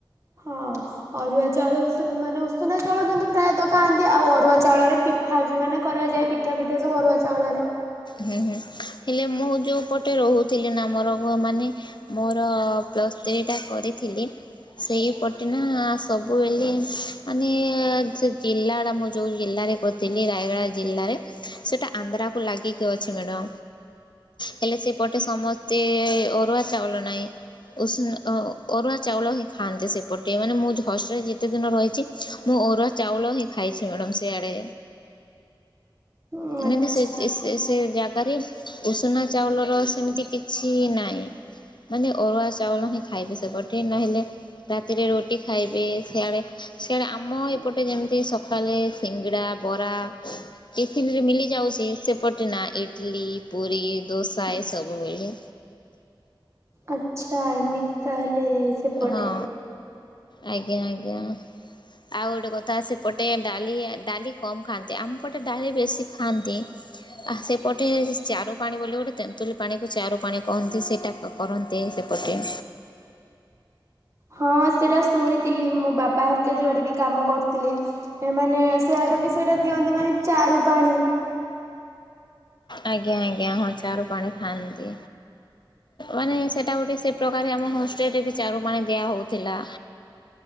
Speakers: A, on the right (about 35°); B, on the left (about 60°).
A: ହଁ ଅରୁଆ ଚାଉଳ ଉଷୁନ ମାନେ ଉ ସୁନା ଚାଉଳ କିନ୍ତୁ ପ୍ରାୟତଃ ଖାଆନ୍ତି ଆଉ ଅରୁଆ ଚାଉଳରେ ପିଠା ବି ମାନେ କରାଯାଏ ପିଠା ପିଠା ସବୁ ଅରୁଆ ଚାଉଳରେ।
B: ହୁଁ ହୁଁ ହେଲେ ମୁଁ ଯୋଉ ପଟେ ରହୁଥିଲି ନା ମୋର ମାନେ ମୋର ପ୍ଲସ୍ ଥ୍ରୀ ଟା କରିଥିଲି ସେଇପଟେ ନା ସବୁବେଳେ ମାନେ ସେ ଜିଲ୍ଲା ଟା ମୁଁ ଯୋଉ ଜିଲ୍ଲାରେ କରିଥିଲି ରାୟଗଡ଼ା ଜିଲ୍ଲାରେ ସେଇଟା ଆନ୍ଧ୍ରାକୁ ଲାଗିକି ଅଛି ମ୍ୟାଡମ ହେଲେ ସେପଟେ ସମସ୍ତେ ଅରୁଆ ଚାଉଳ ନାହିଁ ଉଷୁନ ଅରୁଆ ଚାଉଳ ହିଁ ଖାଆନ୍ତି ସେପଟେ ମାନେ ମୁଁ ହଷ୍ଟେଲ ରେ ଯେତେ ଦିନ ରହିଛି ମୁଁ ଅରୁଆ ଚାଉଳ ହିଁ ଖାଇଛି ମ୍ୟାଡମ ସେଆଡେ
A: ଉଁ
B: ମାନେ
A: ଆଚ୍ଛା।
B: ସେଇ ସେ ସେ ଜାଗାରେ ଉଷୁନା ଚାଉଳର ସେମିତି କିଛି ନାହିଁ ମାନେ ଅରୁଆ ଚାଉଳ ହିଁ ଖାଇବେ ସେପଟେ ନହେଲେ ରାତିରେ ରୁଟି ଖାଇବେ ସିଆଡ଼େ ସିଆଡ଼େ ଆମ ଏପଟେ ଯେମିତି ସକାଳେ ସିଙ୍ଗଡ଼ା ବରା ଟିଫିନରେ ମିଲିଯାଉଛି ସେ ପଟେନା ଇଡ଼ଲି ପୁରୀ ଦୋସା ଏସବୁ ମିଳେ।
A: ଆଛା ଏମିତି ତାହେଲେ ସେପଟେ।
B: ହଁ ଆଜ୍ଞା ଆଜ୍ଞା ଆଉ ଗୋଟେ କଥା ସେପଟେ ଡାଲି ଡାଲି କମ ଖାଆନ୍ତି ଆମ ପଟେ ଡାଲି ବେଶୀ ଖାଆନ୍ତି। ଆ ସେପଟେ ଚାରୁ ପାଣି ବୋଲି ଗୋଟେ ତେନ୍ତୁଲି ପାଣି କୁ ଚାରୁ ପାଣି କହନ୍ତି ସେଇଟା କରନ୍ତି ସେପଟେ।
A: ହଁ ସେଇଟା ଶୁଣିଥିଲି ମୋ ବାବା ହେରିକା ଯୁଆଡେ ବି କାମ କରୁଥିଲେ ମାନେ ସେଆଡେ ବି ସେଇଟା ଦିଅନ୍ତି ମାନେ ଚାରୁ ପାଣି।
B: ଆଜ୍ଞା ଆଜ୍ଞା ହଁ ଚାରୁ ପାଣି ଖାଆନ୍ତି ମାନେ ସେଟା ଗୋଟେ ସେ ପ୍ରକାର ଆମ ହଷ୍ଟେଲରେ ବି ଚାରୁ ପାଣି ଦିଆ ହଉଥିଲା।